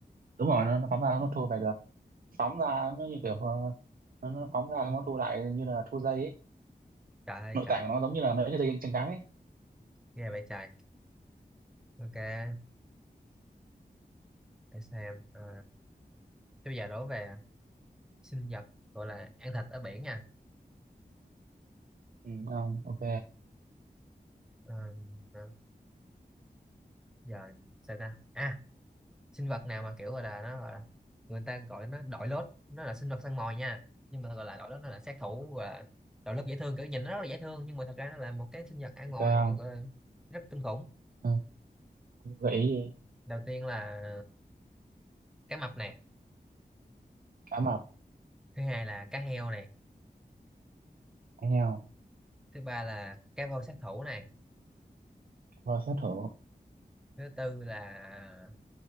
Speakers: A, on the right; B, in the centre.
A: đúng rồi nó, nó phóng ra nó thua về được phóng ra nó như kiểu ờ, nó, nó phóng ra xong nó thu lại như là thu dây ấy
B: trời ơi
A: nội
B: trời
A: tạng của nó giống như là mấy cái dây chằng trắng ấy
B: ghê vậy trời ok để xem Ờ, thế bây giờ đố về sinh vật gọi là ăn thịt ở biển nha
A: ừ, không ok
B: Ờ, ờ, giờ sao ta à sinh vật nào mà kiểu gọi là nó gọi là người ta gọi nó đội lốt nó là sinh vật săn mồi nha nhưng mà gọi là đội lốt nó là sát thủ gọi là đội lốt dễ thương kiểu nhìn nó rất là dễ thương nhưng mà thật ra nó là một cái sinh vật ăn
A: ok
B: mồi
A: không
B: vậy, gọi là rất kinh khủng
A: ừ, không gợi ý đi
B: đầu tiên là cá mập này
A: cá mập
B: thứ hai là cá heo này
A: cá heo
B: thứ ba là cá voi sát thủ này
A: cá voi sát thủ
B: thứ tư là